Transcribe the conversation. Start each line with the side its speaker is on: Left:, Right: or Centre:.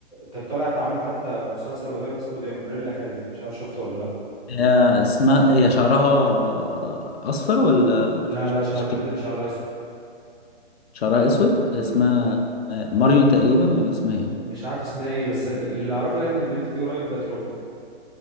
Centre: كانت طلعت عامله حتى مسلسل قريب اسمه دي امبريلا اكاديمي مش عارف شفته ولا لا
Left: هي اسمها هي شعرها اصفر ولا
Centre: لا
Left: ش-
Centre: لا شعر
Left: شكل
Centre: برنت شعرها اسود
Left: شعرها اسود اسمها
Centre: مم.
Left: آه، ماريون تقريبا ولا اسمها ايه
Centre: مش عارف اسمها ايه بس ال- اللي اعرفه يعني ان البنت دي قريب بقت راجل